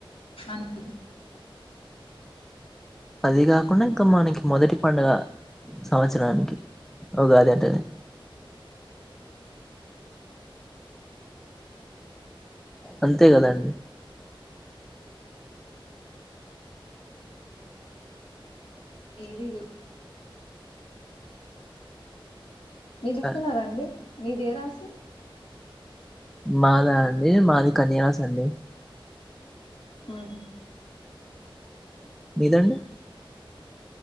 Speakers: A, on the left; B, in the centre.
A: మనికి
B: అది గాకుండా ఇంకా మనకి మొదటి పండగ సంవచ్చరానికి ఉగాది అంటనే అంతే గదా అండి
A: ఏదిదు మీరు జూసుకున్నారండి
B: ఆ,
A: మీది ఏ రాశి
B: మాదా అండి మాది కన్యరాసి అండి
A: ఒహొ
B: మీదండి